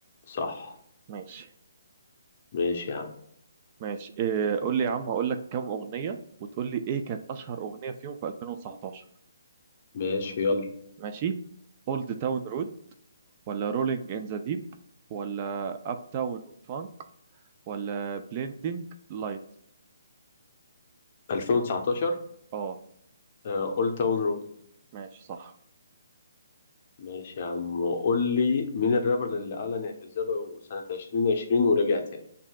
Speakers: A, on the left (about 40°); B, on the right (about 30°).
A: صح
B: ماشي
A: ماشي يا عم
B: ماشي إيه قول لي يا عم هقول لك كام أغنية وتقول لي ايه كانت أشهر أغنية فيهم في 2019
A: ماشي يلا
B: ماشي اولد تاون رود ولا رولينج ان ذا ديب ولا اب تاون فانك ولا بليندنج لايت
A: 2019
B: اه
A: اولد تاون رود
B: ماشي صح
A: ماشي يا عم قول لي مين الرابر اللي أعلن اعتزاله سنة 2020 ورجع تاني